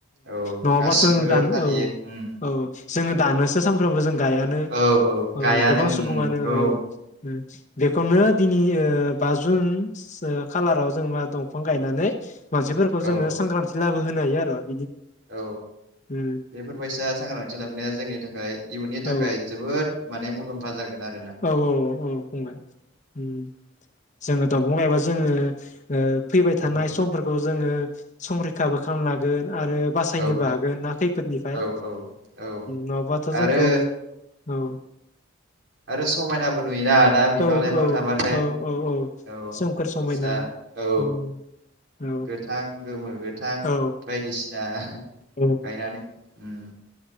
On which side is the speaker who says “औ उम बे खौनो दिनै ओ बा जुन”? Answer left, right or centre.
Left